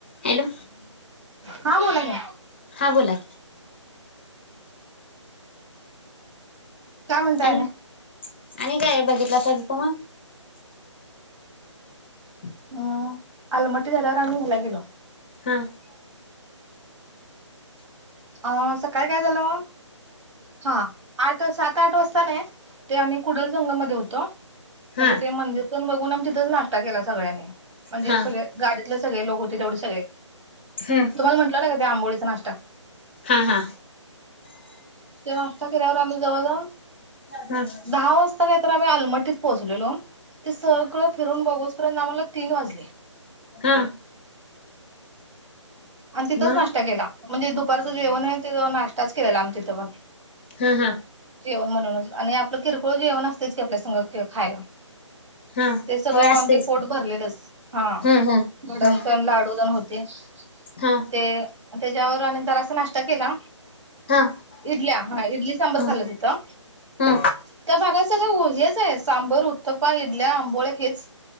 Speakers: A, on the left; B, on the right.
A: Hello
B: हा बोला घ्या.
A: हा बोला!
B: काय म्हणता
A: आणि
B: याला.
A: आणि काय बघितलं स तु मंग. <inaudible>
B: हूं आलमट्टी झाल्यावर आम्ही ह्याला गेलो.
A: <inaudible>
B: आ सकाळी काय झालं म. हा आठ सात आठ वाजता ना, ते आम्ही कुडल संघ मध्ये होतो. म्हणजे
A: हा
B: ते मंदिर पंन बघून आम्ही तिथंच नाष्टा केला सगळ्यांनी. म्हणजे
A: हा
B: सगळे
A: हा
B: गाडीतले सगळे लोक होते तेवढे सगळे.
A: हूं!
B: तुमाला म्हटलं नाही का, त्या आंबोळी चा नाष्टा.
A: हा हा!
B: ते नाष्टा केल्यावर आम्ही जवळ जाऊनं.
A: हा
B: दहा वाजता काहीतर आम्ही आलमठीत पोहोचलेलो. ते सगळं फिरून बघूस पर्यंत आम्हाला तीन वाजले.
A: हा!
B: आण तिथंच
A: मग
B: नाष्टा केला म्हणजे दुपारचं जेवण अन ते नाष्टा च केलेला आमी तिथं पण
A: हं हा!
B: जेवण म्हणूनच आणि आपलं किरकोळ जेवण असतेच की आपल्या संग के खायला.
A: हा
B: ते सगळं
A: होय
B: खाऊन
A: असतयच
B: ते पोट
A: की
B: भरलेलंच, हा
A: हम्म हम्म
B: भडंग तन लाडूतन होते.
A: हा!
B: ते त्याच्यावरं आमी तर असा नाष्टा केला.
A: हा!
B: इडल्या, हा इडली सांबर
A: हा
B: खाल्ल तीथं.
A: हा
B: त्या भागात सगळं ऊ हेच आहे, सांबर, उत्त्तपा इडल्या, आंबोळ्या हेच.